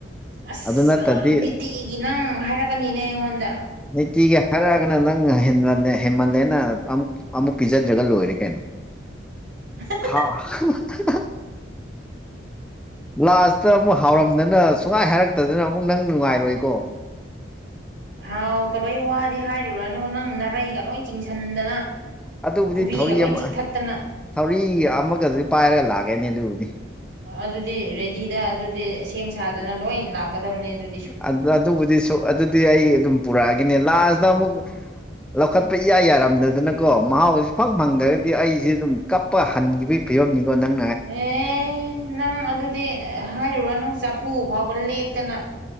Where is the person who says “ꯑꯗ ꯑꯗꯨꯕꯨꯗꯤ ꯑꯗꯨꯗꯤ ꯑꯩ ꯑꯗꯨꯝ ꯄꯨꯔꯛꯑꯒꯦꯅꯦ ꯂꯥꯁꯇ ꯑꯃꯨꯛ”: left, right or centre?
Centre